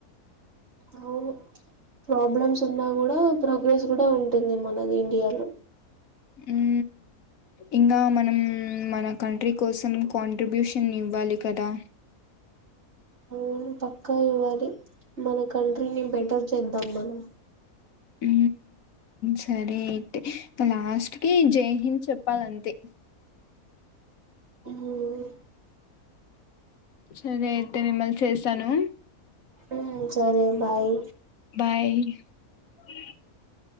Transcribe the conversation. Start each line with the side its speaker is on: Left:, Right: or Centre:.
Right: అవును ప్రాబ్లమ్స్ ఉన్నా కూడా ప్రోగ్రెస్ కూడా ఉంటుంది మనది ఇండియాలో.
Left: ఊ ఇంకా మనం మన కంట్రీ కోసం కాంట్రిబ్యూషన్ ఇవ్వాలి కదా.
Right: ఊ పక్కా ఇవ్వాలి మన కంట్రీని బెటర్ చేద్దాం మనం.
Left: ఊ సరే అయితే లాస్ట్ కి జయిహించ్ చెప్పాలంతే
Right: ఉమ్
Left: సరే అయితే మిమ్మల్ చేసాను.
Right: ఊ సరే బాయ్
Left: బాయ్. <unintelligible>